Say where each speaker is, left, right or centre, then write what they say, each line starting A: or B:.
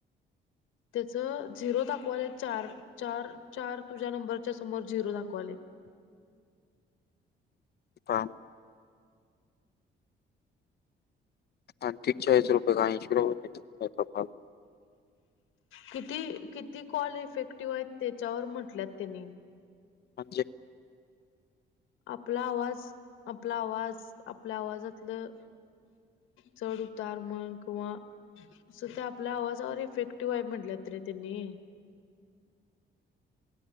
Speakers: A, on the left; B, on the left.
A: त्याच झिरो दाखवाले चार चार चार तुझ्या नंबरच्या समोर झिरो दाखवाले.
B: काम आठेचाळीस रुपये <unintelligible>
A: किती किती कॉल इफेक्टिव्ह आहेत. त्याच्यावर म्हटल्यात त्यांनी.
B: म्हमजे
A: आपला आवाज आपला आवाज आपल्या आवाजातलं चढ उतार म्हण किंवा अस त्या आपल्या आवाजावर इफेक्टिव्ह आहे. म्हटलं त रे त्यांनी.